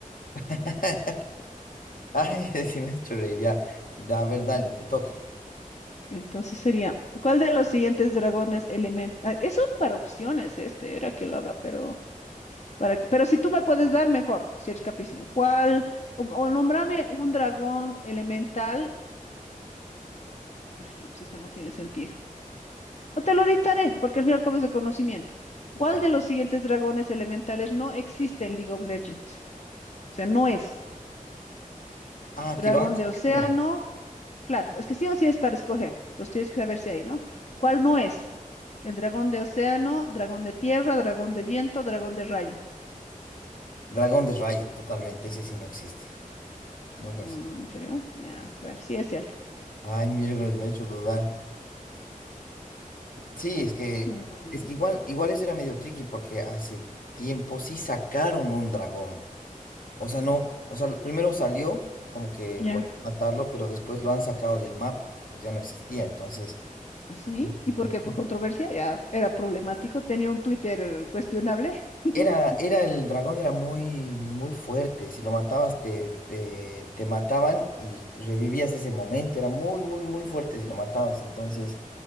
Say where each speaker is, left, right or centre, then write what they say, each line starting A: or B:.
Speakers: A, on the left (about 75°); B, on the left (about 50°).
A: <laughs> Ay, <laughs> sí me has hecho reír. Ya, Ya, a ver, dale, te toca.
B: Entonces sería, ¿cuál de los siguientes dragones elemental? Eso para opciones, este, era que lo haga, pero para que- pero si tú me puedes dar mejor, si eres capísimo. ¿Cuál? O, o nómbrame un dragón elemental. No, pues este no tiene sentido. No te lo dictaré, porque al final comes de conocimiento.
A: Ya.
B: ¿Cuál de los siguientes dragones elementales no existe en League of Legends? O sea, no es.
A: Ah,
B: Dragón
A: que lo han sacado.
B: de océano, claro, es que sí o sí es para escoger. Entonces tienes que saber si hay, ¿no? ¿Cuál no es? El dragón de océano, dragón de tierra, dragón de viento, dragón de rayo.
A: Dragón de rayo, totalmente. Ese sí no existe. Nunca
B: Mm,
A: existe.
B: ¿en serio? Ya, Bueno, sí es cierto.
A: Ay, miércoles, me ha hecho dudar. Sí, es que,
B: Mm,
A: es que igual, igual eso era medio tricky porque hace tiempo sí sacaron un dragón. O sea, no, o sea, primero salió como que
B: Ya.
A: por matarlo, pero después lo han sacado del mapa, entonces ya no existía. Entonces,
B: ¿Así?
A: este,
B: ¿Y por qué?
A: sí,
B: Por controversia, ya era problemático, tenía un Twitter eh, cuestionable. <laughs>
A: era, era el dragón, era muy, muy fuerte. Si lo matabas, te, te, te mataban y revivías ese momento. Era muy, muy, muy fuerte si lo matabas. Entonces,